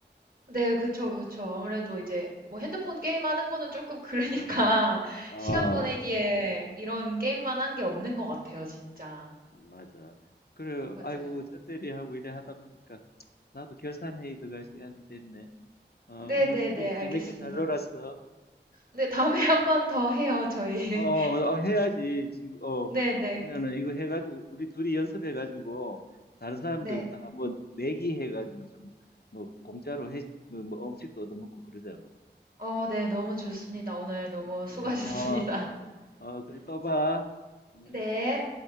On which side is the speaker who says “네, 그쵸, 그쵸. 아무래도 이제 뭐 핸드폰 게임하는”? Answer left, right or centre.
Right